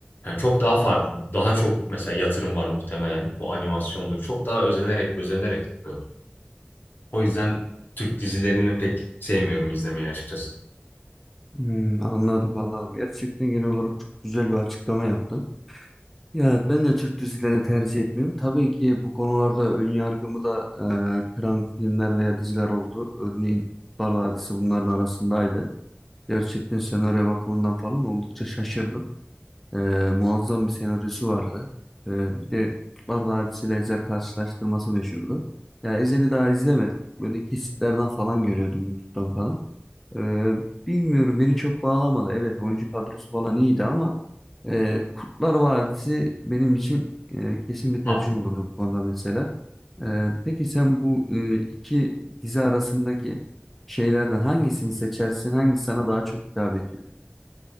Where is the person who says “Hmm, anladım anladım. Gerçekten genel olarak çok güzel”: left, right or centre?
Centre